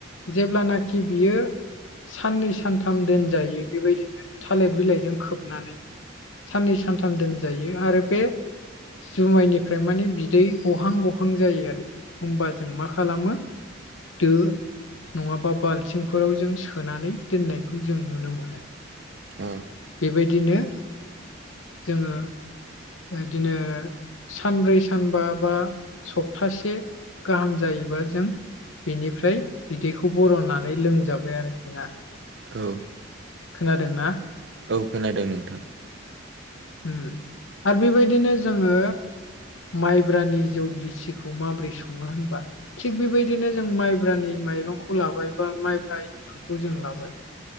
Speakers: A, on the left; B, on the right.
A: जेब्लानाखि बियो साननै सानथाम दोनजायो बेबायदिनो थालिर बिलाइजों खोबनानै साननै सानथाम दोनजायो आरो बे जुमायनिफ्राय माने बिदै गहां गहां जायो आरोखि। होमबा जों मा खालामो? दो नङाबा बाल्थिंफोराव जों सोनानै दोननायखौ जों नुनो मोनो।
B: औ।
A: बेबायदिनो जोङो इदिनो सानब्रै सानबा बा सप्तासे गाहाम जायोबा जों बिनिफ्राय बिदैखौ बरननानै लोंजाबाय आरोखि ना।
B: औ।
A: खोनादोंना?
B: औ खोनादों नोंथां।
A: ओम आरो बेबायदिनो जोङो माइब्रानि जौ गिसिखौ माबोरै सङो होनबा? थिग बेबायदिनो जों माइब्रानि माइरंखौ लाबाय बा माइब्रा एंखुरखौ जों लाबाय